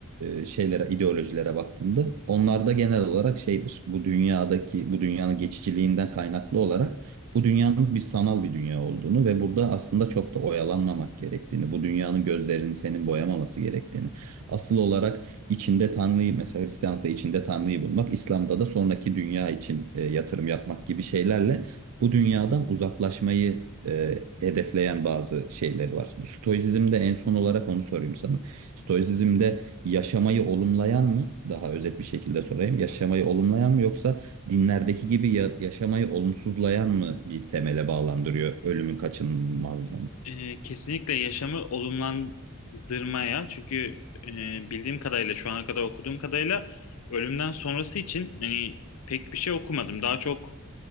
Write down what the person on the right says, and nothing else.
e, şeylere, ideolojilere baktığında onlarda genel olarak şeydir. Bu dünyadaki, bu dünyanın geçiciliğinden kaynaklı olarak bu dünyanın bir sanal bir dünya olduğunu ve burada aslında çok da oyalanmamak gerektiğini, bu dünyanın gözlerini senin boyamaması gerektiğini, asıl olarak içinde Tanrı'yı mesela Hristiyanlıkta içinde Tanrı'yı bulmak, İslam'da da sonraki dünya için e, yatırım yapmak gibi şeylerle bu dünyadan uzaklaşmayı e, hedefleyen bazı şeyleri var. Bu Stoizm'de en son olarak onu sorayım sana. Stoizm'de yaşamayı olumlayan mı? Daha özet bir şekilde sorayım. Yaşamayı olumlayan mı yoksa dinlerdeki gibi ya- yaşamayı olumsuzlayan mı bir temele bağlandırıyor ölümün kaçınılmazlığını?